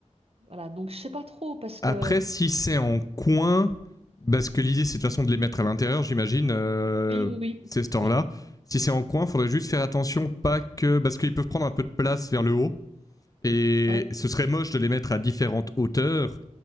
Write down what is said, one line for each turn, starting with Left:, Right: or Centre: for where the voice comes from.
Right: Voilà, donc je sais pas trop parce que
Left: Après, si c'est en coin, parce que l'idée c'est de toute façon de les mettre à l'intérieur, j'imagine, euh,
Right: Oui, oui, oui,
Left: ces stores-là.
Right: oui.
Left: Si c'est en coin, il faudrait juste faire attention, pas que. Parce qu'ils peuvent prendre un peu de place vers le haut. Et
Right: ouais,
Left: ce serait moche de les mettre à différentes hauteurs.